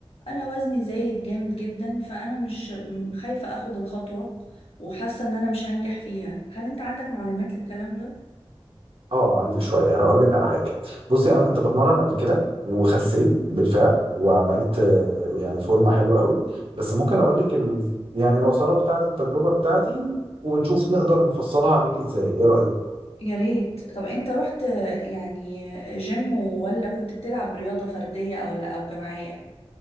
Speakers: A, on the left; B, on the right.
A: أنا وزني زايد جامد جدا فأنا مش م- خايفة أخد الخطوة وحاسة إن أنا مش هنجح فيها هل أنت عندك معلومات للكلام ده؟
B: اه عندي شويه هقول لك على حاجه بصي انا كنت بتمرن قبل كده وخسيت بالفعل وعملت أه، يعني فورمه حلوه قوي بس ممكن اقول لك ال... يعني العصاره بتاعه التجربه بتاعتي ونشوف نقدر نفصلها عليك ازاي ايه رايك
A: يا ريت طب أنت رحت آه، يعني جيم ولا كنت بتلعب رياضة فردية أو ولا أو جماعية؟